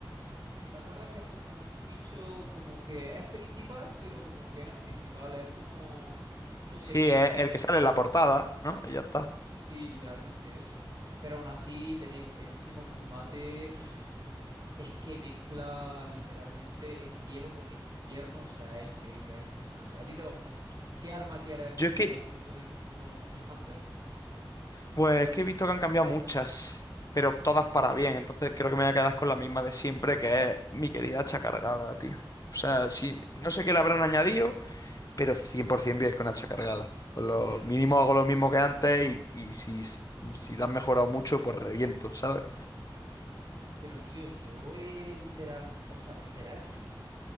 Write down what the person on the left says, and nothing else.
sí,
es el
que sale en la portada, ¿no? Y ya está.
Yo es que,
pues es que he visto que han cambiado muchas, pero todas para bien. Entonces creo que me voy a quedar con la misma de siempre, que es mi querida hacha cargada, tío. O sea,
sí, no sé qué le habrán añadido. pero 100% vienes con hacha cargada. Con Lo
mínimo hago lo mismo que antes y, y si, si la han mejorado mucho, pues reviento, ¿sabes?